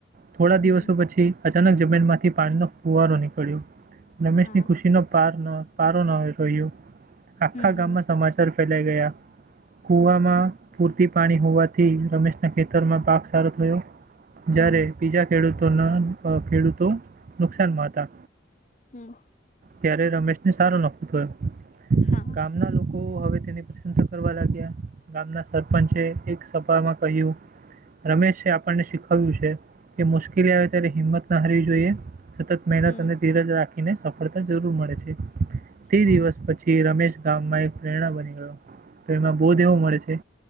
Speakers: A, on the right; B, on the left.
A: થોડા
B: હમ
A: દિવસો પછી. અચાનક જમીન માંથી પાણીનો ફુવારો નીકળ્યો. રમેશ
B: હા
A: ની એ નો પાર ન પારો ન હોયૂ. આખા
B: હમ હમ
A: ગામમાં સમાચાર ફેલાઈ ગયા કુવામાં પૂરતી પાણી હોવાથી રમેશના ખેતરમાં પાક સારો થયો.
B: હમ
A: જ્યારે
B: હમ
A: બીજા ખેડૂત તો ન ખેડૂતો નુકસાનમાં હતા.
B: હમ્મ.
A: ત્યારે રમેશ ને સારો નફો થયો.
B: હા
A: ગામના લોક કો હવે તેની પ્રશંસા કરવા લાગ્યા ગામના સરપંચે એક સભામાં કહ્યું રમેશે આપણને શીખવ્યું છે કે મુશ્કેલી આવે ત્યારે હિંમત ના હારવી જોઈએ. સતત મહેનત
B: હમ
A: અને ધીરજ રાખ. એને સ ફડતા જરૂર મળે છે. તે
B: હા
A: દિવસ પછી રમેશ ગામમાં એક પ્રેરણા બની ગયો તો એમાં બોધ એવો મળે છે.